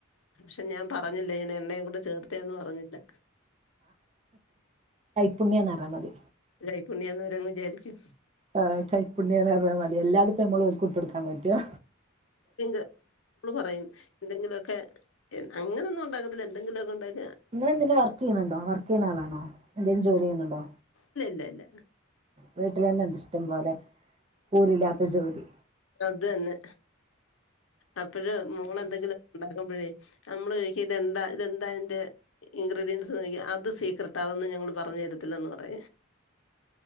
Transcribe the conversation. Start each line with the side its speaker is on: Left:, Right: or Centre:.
Left: പക്ഷെ ഞാൻ പറഞ്ഞില്ല ഇങ്ങനെ എണ്ണേം കൂടെ ചേർത്തയാന്ന് പറഞ്ഞില്ല
Right: പുണ്യാന്നറാമതി
Left: കൈപ്പുണ്യാന്നവരങ്ങ് വിചാരിച്ചു
Right: ആ കൈപ്പുണ്യാന്നറഞ്ഞാമതി എല്ലാട്ത്തും മ്മ്ള് ഓരുക്ക്ട്ടൊടുക്കാമ്പറ്റ്വോ
Left: സിങ്ക് ള്ള് പറയും എന്തെങ്കിലുഒക്കെ അങ്ങനൊന്നും ഒണ്ടാക്കത്തില്ല എന്തെങ്കിലുഒക്കെ ഉണ്ടാക്ക
Right: ഇങ്ങളെന്തേലും വർക്ക് ചെയ്യണുണ്ടോ വർക്ക് ചെയ്യണ ആളാണോ എന്തേലും ജോലി ചെയ്യുന്നുണ്ടോ
Left: ഇല്ല ഇല്ല ഇല്ല
Right: വീട്ടിലന്നെണ്ട് ഇഷ്ടം പോലെ കൂലില്ലാത്ത ജോലി
Left: അത് തന്നെ അപ്പഴ് മോളെന്തെങ്കിലും ഒണ്ടാക്കുമ്പോഴേ നമ്മള് ചോ ക്കും ഇതെന്താ ഇതെന്താ ഇൻ്റെ ഇൻക്രീഡിയൻറ്സ്ന്ന് ചോയ്ക്കും അത് സീക്രട്ടാ അതൊന്നും ഞങ്ങള് പറഞ്ഞു തരത്തില്ലന്ന് പറയാം